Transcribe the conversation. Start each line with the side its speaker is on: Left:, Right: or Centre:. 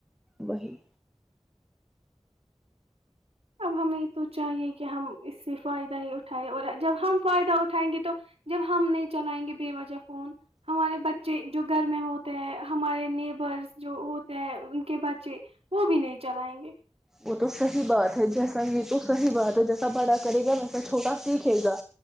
Centre: وہاہ
Right: اب ہمیں تو چاہیے کہ ہم اس سے فائدہ ہی اٹھائےیں اور جب ہم فائدہ اٹھائیں گے تو جب ہم نہیں چلائیں گے بے وجہ فون ہمارے بچے جو گھر میں ہوتے ہیں ہمارے نیبرس جو ہوتے ہیں ان کے بچے وہ بھی نہیں چلائیں گے
Centre: وہ تو صحیح بات ہے جیسا یہ تو صحیح بات ہے جیسا بڑا کرے گا ویسا چھوٹا سیکھے گا